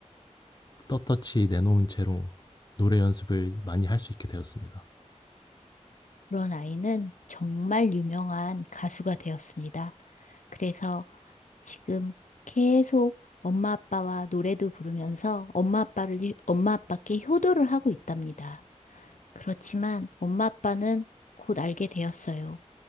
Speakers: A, on the left; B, on the left.
A: 떳떳이 내놓은 채로 노래 연습을 많이 할 수 있게 되었습니다.
B: 그런 아이는 정말 유명한 가수가 되었습니다. 그래서 지금 계속 엄마 아빠와 노래도 부르면서 엄마 아빠를, 이- 엄마 아빠께 효도를 하고 있답니다. 그렇지만 엄마 아빠는 곧 알게 되었어요.